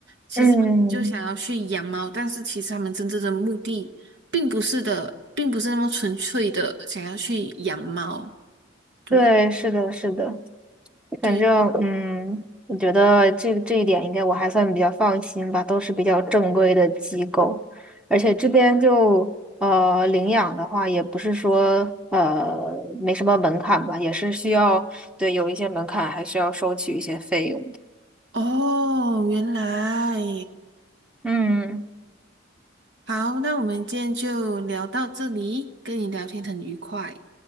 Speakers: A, on the right (about 60°); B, in the centre.
A: 其实他们就想要去养猫，
B: 嗯，
A: 但是其实他们真正的目的并不是的，并不是那么纯粹的想要去养猫。对。
B: 对，是的，是的。
A: 对。
B: 反正嗯，我觉得这这一点应该我还算比较放心吧，都是比较正规的机构，而且这边就呃领养的话，也不是说呃没什么门槛吧，也是需要对有一些门槛，还是要收取一些费用的。
A: 哦，原来，
B: 嗯
A: 好，那我们今天就聊到这里，跟你聊天很愉快，